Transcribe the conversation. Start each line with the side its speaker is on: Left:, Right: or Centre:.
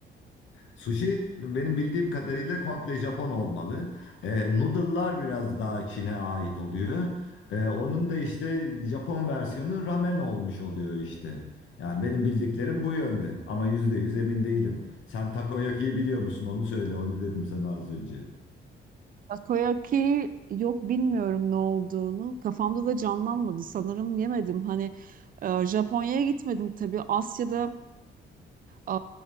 Left: Sushi benim bildiğim kadarıyla komple Japon olmalı. E, noodle'lar biraz daha Çin'e ait oluyor. E, onun da işte Japon versiyonu ramen olmuş oluyor işte. Yani benim bildiklerim bu yönde ama yüzde yüz emin değilim. Sen takoyaki'yi biliyor musun? Onu söyle, onu dedim sana az önce.
Right: Takoyaki yok bilmiyorum ne olduğunu. Kafamda da canlanmadı. Sanırım yemedim. Hani e, Japonya'ya gitmedim tabii. Asya'da e,